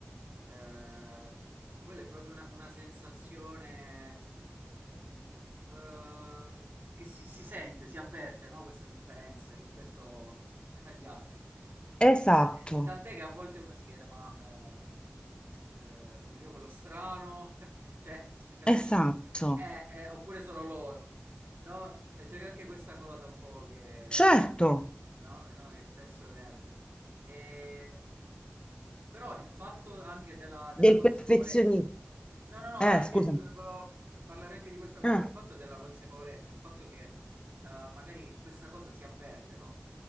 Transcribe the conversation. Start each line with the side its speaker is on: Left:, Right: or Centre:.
Right: eh, quella è proprio una, una sensazione eh, che si, si sente, si avverte, no? Questa differenza rispetto agli altri.
Left: esatto,
Right: Eh, tant'è che a volte uno si chiede, ma eh, eh, sono io quello strano? <laughs> Cioè, capisci?
Left: esatto,
Right: Eh, eh, oppure sono loro. No, c'era anche questa cosa un po' che,
Left: certo,
Right: no? Eh, no, che spesso emerge. Ehm, però il fatto anche della, della
Left: del
Right: consapevolezza.
Left: perfezionismo.
Right: No, no, no,
Left: Eh,
Right: anche,
Left: scusami.
Right: volevo parlare anche di questa cosa
Left: Eh,
Right: qua, il fatto della consapevolezza, il fatto che eh, magari questa cosa si avverte, no?